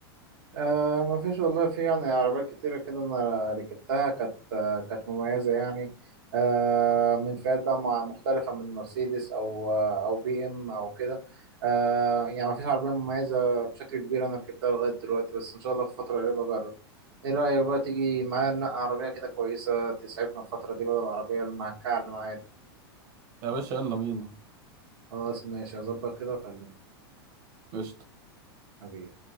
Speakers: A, on the right (about 75°); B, on the right (about 55°).
A: آه ما فيش والله في يعني عربيات كتيرة كده أنا ركبتها كانت آه كانت مميزة يعني آه من فئات بقى مع- مختلفة من مرسيدس أو آه أو بي إم أو كده آه يعني ما فيش عربية مميزة بشكل كبير أنا ركبتها لغاية دلوقتي بس إن شاء الله في فترة قريبة أجرب إيه رأيك بقى تيجي معايا ننقي عربية كده كويسة تسعفنا الفترة دي بدل العربية المهكعة اللي معايا دي
B: يا باشا يلا بينا
A: خلاص ماشي هظبط كده وأكلمك
B: قشطة
A: حبيبي